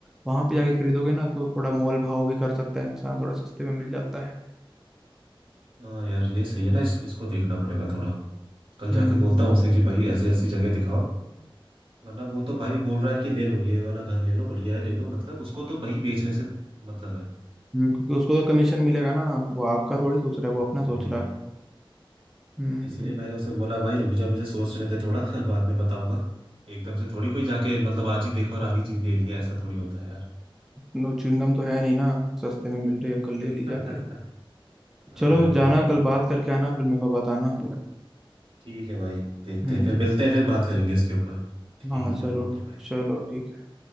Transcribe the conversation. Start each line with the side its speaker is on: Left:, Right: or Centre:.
Centre: वहाँ पे जाके खरीदोगे ना तो थोड़ा मोल भाव भी कर सकता है इंसान थोड़ा सस्ते में मिल जाता है
Right: हाँ यार ये सही है ना इस, इसको देखना पड़ेगा थोड़ा कल जाके
Centre: हम्म
Right: बोलता हूँ उसे कि भाई ऐसी ऐसी जगह दिखाओ वरना वो तो भाई बोल रहा है कि ले लो ये वाला घर ले लो बढ़िया है ले लो मतलब उसको तो भाई बेचने से मतलब है
Centre: हम्म, क्योंकि उसको तो कमीशन मिलेगा ना वो आपका थोड़ी सोच
Right: हाँ,
Centre: रहा है वो अपना सोच
Right: वही
Centre: रहा है हम्म
Right: इसीलिए मैंने उसे बोला भाई रुक जा मुझे सोचने दे थोड़ा <laughs> बाद में बताऊंगा एकदम से थोड़ी कोई जाके मतलब आज ही देखा और आगे जी ले लिया ऐसा थोड़ी होता है यार
Centre: नो च्युइंगम तो है नहीं ना सस्ते में मिल रही है कल ले
Right: <laughs>
Centre: ली जाके
Right: हाँ,
Centre: चलो
Right: वही
Centre: जाना कल बात करके आना फिर मेरे को बताना
Right: ठीक है भाई देखते
Centre: हम्म
Right: हैं फिर मिलते हैं फिर बात करेंगे इसके ऊपर ठीक
Centre: हाँ जरूर
Right: है ओके भाई
Centre: चलो ठीक है